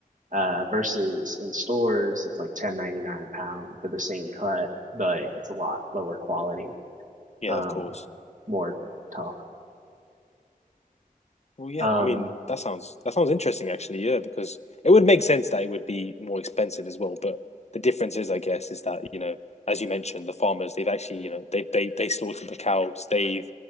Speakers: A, on the right (about 60°); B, on the left (about 45°).
A: Uh, versus in stores it's like 10.99 a pound for the same cut, but it's a lot lower quality.
B: Yeah.
A: Um,
B: Of course.
A: more talk.
B: Well, yeah,
A: Um,
B: I mean, that sounds that sounds interesting actually, yeah, because it would make sense that it would be more expensive as well. But the difference is, I guess, is that, you know, as you mentioned, the farmers, they've actually, you know, they they they slaughtered the cows, they've